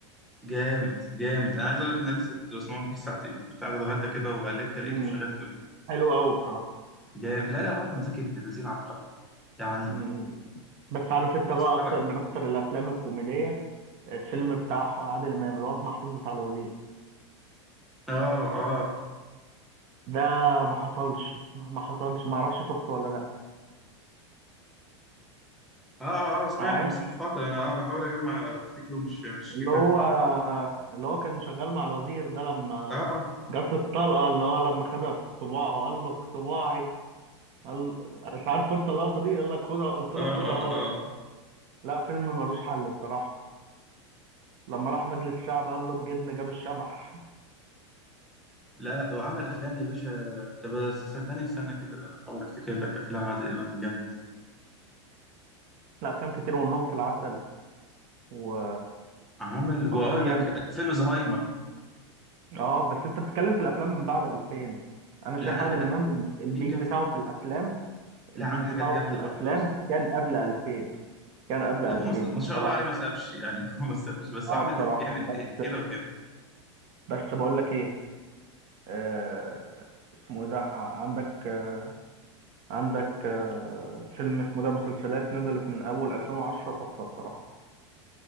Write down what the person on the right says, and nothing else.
امم
حلو قوي بصراحه
امم بس عارف انت
بقى اكتر من اكتر الافلام الكوميديه الفيلم بتاع أحمد- عادل امام الواد محفوظ بتاع الوزير
ده ما حصلش ما حصلش ما اعرفش شفته ولا لا
معايا
اللي هو
اللي هو كان شغال مع الوزير ده لما
جت الطلقه اللي هو لما خدها في صباعه وقال له صباعي قال مش عارف انت اللقطه دي يقول لك خدها قلت له
خدها ولا
لا فيلم ملوش حل بصراحه لما راح مجلس الشعب قال له الجن جاب الشبح
<laughs> لا افلام كتير والنوم في العسل و
وافلام
ياما
اه بس انت بتتكلم في الافلام من بعد 2000 انا شايف
عادل امام ال- البيك
بتاعه
في الافلام البيك
بتاعه
في الافلام
كان قبل 2000 كان قبل 2000
بصراحه
اه
بصراحه
بس
بس بقول لك ايه آه اسمه ايه ده ع- عندك آه عندك آه فيلم اسمه ده مسلسلات نزلت من اول 2010 تحفه بصراحه